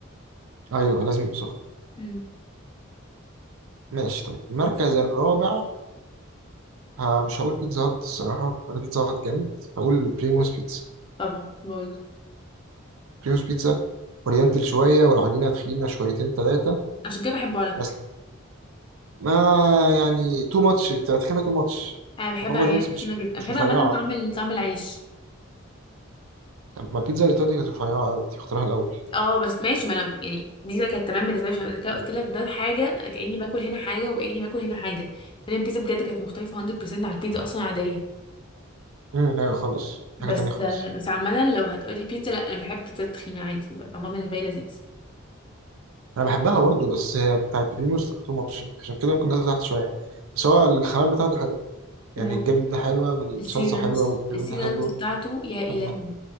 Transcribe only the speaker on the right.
ايوه لازم يبقى سخن
ماشي طيب المركز الرابع ها مش هقول بيتزا هات الصراحه انا بيتزا هات جامد هقول بريموس بيتزا
بريموس بيتزا اورينتال شويه والعجينه تخينه شويتين ثلاثه
بس ما يعني تو ماتش بتاعت خينا تو ماتش
بابا
جونز
مش
مش
رفيعة
لما البيتزا الإيطالي كانت رفيعة أوي دي اختراعها الأول
امم أيوة خالص
دي حاجة تانية خالص
أنا بحبها برضو بس هي بتاعت بريموس تبقى تو ماتش يعني عشان كده ممكن نازل تحت شوية بس هو الخامات بتاعته حلوة
يعني الجبنة حلوة والصلصة
حلوة والبيبروني
حلو
أنا